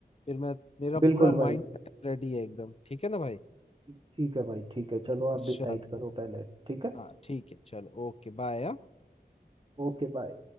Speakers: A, on the left; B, on the right.
A: फिर मैं मेरा
B: बिल्कुल
A: पूरा
B: भाई
A: माइंड रेडी है एकदम ठीक है ना भाई
B: ठीक है भाई ठीक है चलो आप डिसाइड
A: चलो
B: करो पहले ठीक है
A: हाँ ठीक है चलो ओके बाय
B: Okay bye